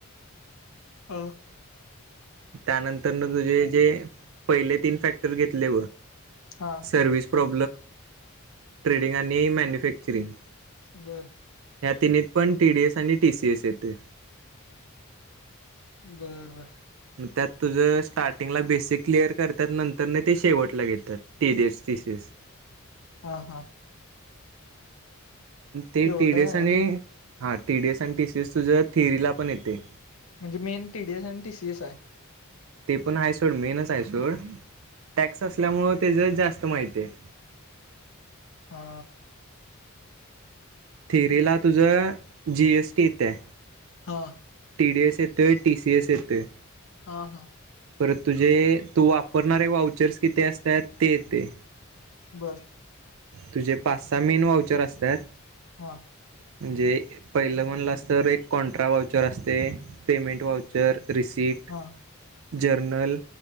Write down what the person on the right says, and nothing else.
त्यानंतर तुझे जे पहिले तीन फॅक्टर घेतले
सरविस प्रा ट्रेडंग आणि मनॅरंग
ह ति पण टीडीएस आणि टीसीएस येतेय.
त्यात तुझं स्टार्टिंगला बेसिक क्लिअर करतात नंतर नाही ते शेवटला घेतात टीडिएस टीसीएस.
ते
टीडीएस
आणि
हा टीडीएस आणि टीसीएस तुझ्या थिअरीला पण येते.
ते पण आहेाय सोड मेनच आहेय सोड. टॅक्स असल्यामुळं त्याच जास्त माहिती आहे.
थिरीला तुझं जीएसटी येत्या
टी डी एस येत टी सी एस येते.
परत तुझे तू वापरणारे वाउचर्स किती असतात ते येते.
तुझे पाच सहा मेन वाउचर असतात.
म्हणजे पहिलं म्हणलं अस तर एक कॉन्ट्रा वाउचर असते पेमेंट वाउचर. रिसिट
जर्नल